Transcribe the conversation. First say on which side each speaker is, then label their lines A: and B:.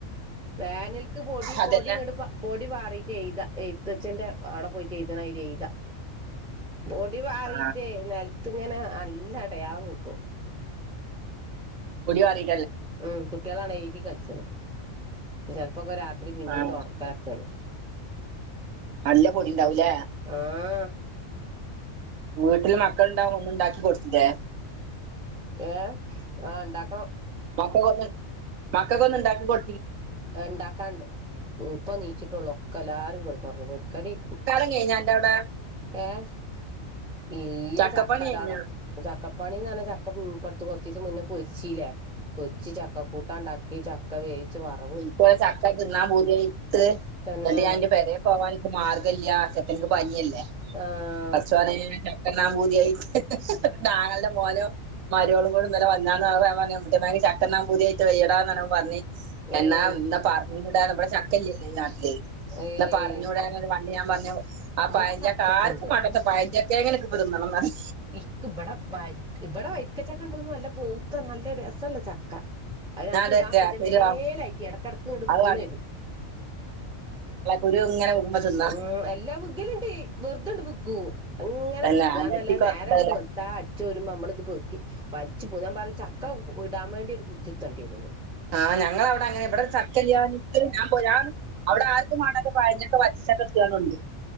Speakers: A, in the centre; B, on the right.
A: വേനൽക്ക് പൊടി
B: അതന്നെ
A: പൊടി ഇങ്ങട്ട്‌പാ പൊടി പാ റിട്ട് എഴുത എഴുത്തച്ഛന്റെ അവിടെ പോയിട്ട് എഴുതണാതിരി എഴ്താ പൊടി പാറിട്ടേ
B: ആ
A: നിലത്ത്ഇങ്ങനെ നല്ല അടയാളം കിട്ടും
B: പൊടി പാറി
A: ഉം കുട്ടിയാളാണ് എഴുതി കളിച്ച് ണ് ചെലപ്പോക്കെ രാ രാത്രി പിന്നെ
B: ആ
A: തൊടക്കലൊക്കെണ്
B: നല്ല പൊടി ഉണ്ടാവുംല്ലേ
A: ആഹ്
B: വീട്ടില് മക്കള്ണ്ടാവുപ്പോ ഒന്ന്ണ്ടാക്കി കൊട്ക്കുല്ലേ
A: ഏഹ് ആഹ് ഉണ്ടാക്കണം
B: മക്കക്ക് ഒന്ന് മക്കക്ക് ഒന്നുംണ്ടാക്കി കൊ
A: ഇണ്ടാക്കാണ്ട് ഇപ്പ നീച്ചിട്ടെള്ളൂ ഒക്കെ എല്ലാരും കിടന്നുറങ്ങ പൊരിക്കടി
B: <unintelligible> അന്റെ ടെ
A: ഏഹ് ഇല്ല
B: ചക്കപ്പണി
A: ചക്ക
B: കഴിഞ്ഞ
A: താടെ ചക്കപ്പണിന്ന് പറഞ്ഞാ ചക്ക ഉംപ്പട്ത്ത് കൊറ്ച്ചീസം മുന്നേ പൊരിച്ചില്ലെ പൊരിച്ച് ചക്കക്കൂട്ടാൻ ഉണ്ടാക്കി ചക്ക വേവിച്ച് വറവ്
B: ഇവിടെ ചക്ക തിന്നാൻ പൂതിയായിട്ട്
A: തന്നെ
B: എന്നിട്ട് ഞാനെന്റെ പെരെ പോവാ ഞ്ഞിട്ട് മാർഗം ഇല്ലാതെ ചെക്കനിക്ക് പനിയല്ലേ
A: ആഹ്
B: പടച്ചോനെ ചക്ക തിന്നാൻ പൂതിയായിട്ട് ന്റെ ആങ്ങൾന്റെ മോനോ മ രോളും കൂടി ഇന്നലെ വന്നാന്ന് ഞാൻ പറഞ്ഞു ഉമ്മുട്ടി അമ്മായിക്ക് ചക്ക തിന്നാൻ പൂതിയായിട്ട് വയ്യടാന്ന് പറഞ്ഞപ്പോ പറഞ്ഞ്
A: ഏയ്
B: എന്നാ ഇന്ന് പറഞ്ഞ് വിടാം നമ്മടെ ചക്കഇല്ലല്ലോ ഈ നാട്ടില്
A: ഏയ്
B: എന്നാ പറഞ്ഞൂടാര്ന്നോ വ ഞാൻ പറഞ്ഞു ആ
A: ഇവിടെ
B: പഴഞ്ചക്ക
A: ചക്കൊക്കെ
B: ആർക്കും
A: ഉണ്ട്
B: വേണ്ടാത്ത പഴഞ്ചാക്കേലും ഇന്ക്ക് ഇപ്പോ തിന്നണന്ന്റഞ്ഞു
A: ഇക്ക് ഇബടെ വരിക്ക ഇവിടെ വരിക്ക ചക്ക ഉണ്ട്ന്ന് നല്ല പൂത്ത നല്ല രസള്ള ചക്ക അതിന് ഞങ്ങക്ക്
B: ഞാൻ തരട്ടെ
A: ഇടാൻ ബെജ്ജ
B: തരുവാ
A: മേലെആയിട്ടെ ഇടക്കിടക്ക്ന്നട്ട്
B: അത്
A: വീണ് വരും
B: ഒരു ഇങ്ങനെ കുടുംബ തിന്നാ
A: മ് എല്ലാ വ്ഗ്ഗലിണ്ട് വെറുതണ്ട് വ്ഗ്ഗു ഇങ്ങനെ
B: അല്ല
A: വിഗാന്നല്ല
B: നെട്ടിക്ക്
A: നേരണ്ട്
B: ഓർത്തിട്ടല്ല
A: വെള്ത്താ അടിച്ചു വരുമ്പോ നമ്മള് ഇത് പെറുക്കി വലിച്ച് പോന്നു ഞാൻ പറഞ്ഞ ച ക്ക ഉ ഇടാൻ വേണ്ടി ഒരു കുജ്ജ്ത്ത ണ്ടിയെരുന്ന്
B: ആ ഞങ്ങളടെ അവിടെ അങ്ങനെയാ ഇവിടെ ഒരു ചക്കഇല്ലാഞ്ഞിട്ട് ഞാൻ പോരാന്ന് അവിടെ ആർക്കും വേണ്ട പഴംചക്ക പച്ചചക്ക ഒത്തിരിയെണ്ണ മുണ്ട്